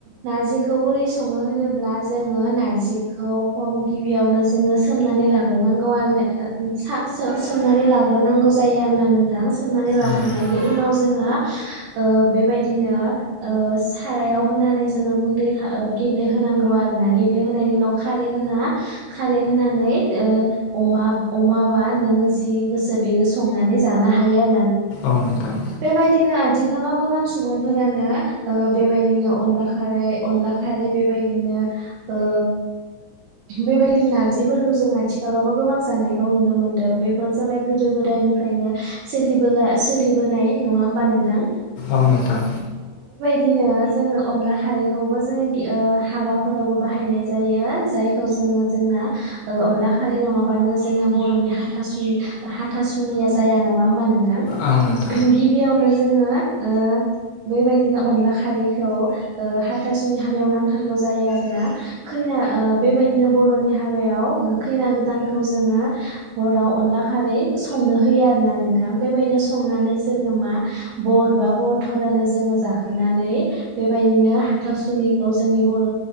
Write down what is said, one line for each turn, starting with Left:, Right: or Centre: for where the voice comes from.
Right: नारजिखौ बोरै सङो होनोब्ला जोङो नार्जिखौ गिबियावनो जोङो सोमनानै लाग्रोनांगौ आरो सोमनानै लाग्रोनांगौ जायो होना नोंथां सोमनानै लाखांनायनि
Left: औ नोंथां
Right: जोङो ओ बेबायदिनो ओ सारायाव होनानै जोङो गुन्दै गेब्ले होनांगौ आरो ना खारै होनानै ओ अमा बा नोङो जि गोसो बे संनानै जानो हायो आरो
Left: औ नोंथां
Right: बेबायदिनो आथिखालाव गोबां सुबुंफोरानो ओ बेबायदिनो अनला खारै अनला खारै बेबायदिनो ओ बेबायदिनो नारजिफोरखौ जों आथिखालावबो गोबां जानायखौ नुनो मोनदों बेफोर जाबाय गोदो गोदायनिफ्रायनो सोलि बोनाय नङा होमबा नोंथां
Left: औ नोंथां
Right: बिदिनो जोङो अनला खारैखौबो जोंङ हाबाफोरावबो बाहायनाय जायो जायखौ जोङो जोंना अनला खारै नङाबानो जोंना बर'नि हाथासुनि हाथासुनिया जाया नङा होनोमबा नों
Left: औ नोंथां
Right: गिबियावनो जोङो ओ बेबायदिनो अनला खारैखौ ओ हाथासुनि हाबायाव नांथारगौ जायो आरोना खैना ओ बेबायदिनो बर'नि हाबायाव खैना गोदानखौ जोङो हराव अनला खारै संनो होायो आरोना नोंथां बेबायदिनो संनानै जोङो मा बर बा बरथरानो जोङो जाहोनानै बेबायदिनो हाथाव सुनिखौ जोंनि बर'